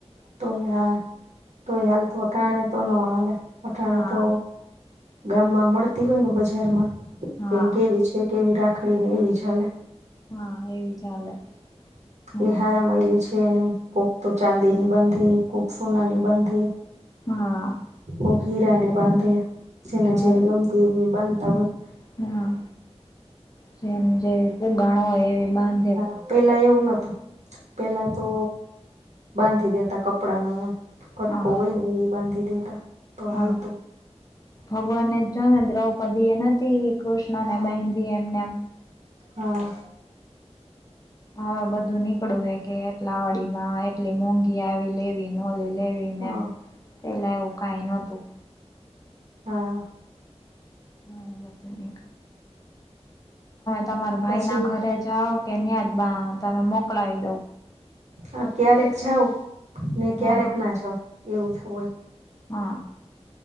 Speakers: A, on the right; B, on the left.
A: તો હ તોય હાલ તો હટાણે તો નો હાલ હટાણે
B: હા
A: તો ગામમાં મળતી હોય ને બજારમાં
B: હા
A: કે કેવી છે. કેવી રાખડી ને એવી ચાલે
B: હા, એવી ચાલે. હા
A: એ હારમાયલી છે એને કોય તો ચાંદીની બાંધે, કોય સોનાની બાંધે
B: હા.
A: કોઈ હીરાની બાંધે જેને
B: હા
A: જેવી ગમતી એવી બાંધતા હોય.
B: હા, જેમ જેવી ઉગાણો હોય એવી બાંધ
A: હા, પેલા એવું નહતું પેલા તો બાંધી દેતા કપડાનો એમ કટકો
B: હા
A: હોય ને એ. બાંધી દેતા, તો
B: હા
A: હાલ ત
B: ભગવાનને દ્રૌપદીએ નથી કૃષ્ણને
A: હા
B: બી એમને
A: હા.
B: હવે, બધું નીકળતું છે કે એટલા વાડીમાં એટલી મોંઘી આવી લેવીનું હોલી લેવી
A: હા
B: ને પેલા એવું કઈ ન હતું.
A: હા.
B: હા, હવે તમે તમાર ભાઈના
A: પછી
B: ઘરે જ <unintelligible> કે ન્યાદ બા તમે મોકલાવી દઉ.?
A: હા, ક્યારેક જાવ, ને ક્યારેક
B: હા
A: ના જાવ એવું જ હોય.
B: હા.